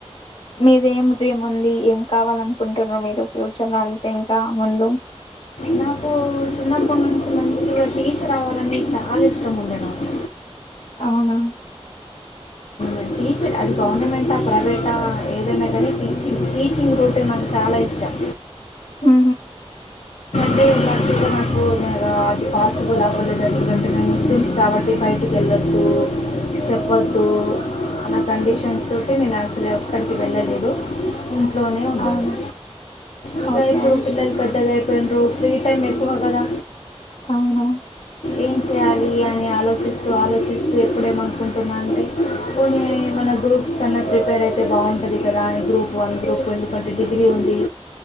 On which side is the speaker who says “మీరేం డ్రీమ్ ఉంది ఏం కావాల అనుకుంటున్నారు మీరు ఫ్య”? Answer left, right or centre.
Left